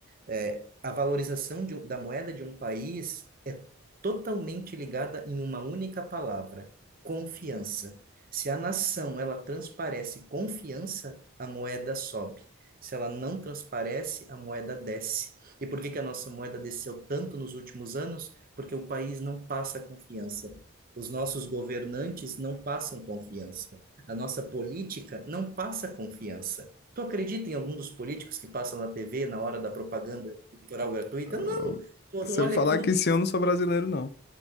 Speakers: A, on the right (about 40°); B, on the left (about 45°).
A: É, a valorização de um- da moeda de um país é totalmente ligada em uma única palavra: confiança. Se a nação ela transparece confiança, a moeda sobe. Se ela não transparece, a moeda desce. E por que que a nossa moeda desceu tanto nos últimos anos? Porque o país não passa confiança. Os nossos governantes não passam confiança. A nossa política não passa confiança. Tu acredita em algum dos políticos que passam na TV na hora da propaganda eleitoral gratuita?
B: <laughs>
A: Não! Tu,
B: Se
A: tu olha
B: eu falar
A: aquilo,
B: que
A: tu
B: sim, eu não sou brasileiro, não.